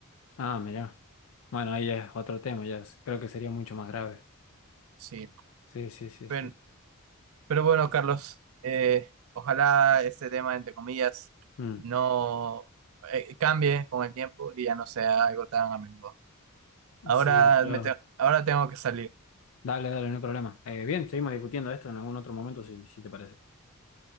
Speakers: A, on the left (about 65°); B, on the right (about 65°).
A: Ah, mira. Bueno, ahí ya es otro tema, ya es- creo que sería mucho más grave.
B: Sí,
A: Sí, sí, sí,
B: pero,
A: sí.
B: pero bueno, Carlos, eh, ojalá este tema, entre comillas,
A: Mm.
B: no eh, cambie con el tiempo y ya no sea algo tan a menudo. Ahora,
A: Sí, ojalá.
B: me te- ahora tengo que salir.
A: Dale, dale, no hay problema. Eh, bien, seguimos discutiendo esto en algún otro momento, si, si te parece.